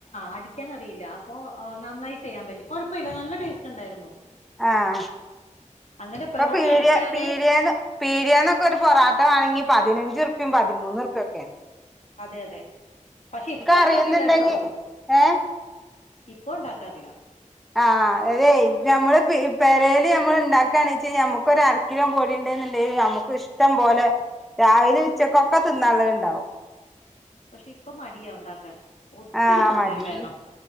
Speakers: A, on the left; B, in the centre.
A: അടിക്കാനറിയില്ല ലാ അപ്പൊ നന്നായി ചെയ്യാൻ പറ്റി കൊഴപ്പമില്ല നല്ല ടേസ്റ്റ് ഉണ്ടായിരുന്നു
B: ആഹ്
A: അങ്ങനെ
B: ഇപ്പൊ
A: പെറോട്ട
B: പീട്യ
A: അടിക്കാതെയും
B: പീടിയേന്ന് പീടിയേന്നൊക്കെ ഒരു പൊറാട്ട വാണങ്കി പതിനഞ്ചുർപിം പതിമൂന്നുർപിഒക്കേ
A: അതെ അതെ പക്ഷേ ഇപ്പൊ ഉണ്ടാക്കില്ലട്ടോ
B: അറിയുന്നുണ്ടെങ്കി ഏ
A: ഇപ്പൊ ഉണ്ടാക്കാറില്ല
B: ആഹ് അതെയ് നമ്മള് പെരേല് നമ്മള്ണ്ടാക്കാണ് വെച്ച ഞമ്മക്കൊരു അരക്കിലോ പോടി ണ്ട്ന്ണ്ടെങ്കില് നമുക്ക് ഇഷ്ടം പോലെ രാവിലിം ഉച്ചക്കൊക്കെ തിന്നാള്ളത്ണ്ടാവും
A: പക്ഷേ ഇപ്പ മടിയാ ഉണ്ടാക്കാൻ ഒത്തിരി
B: ആ്
A: സമയം
B: മടി
A: വേണം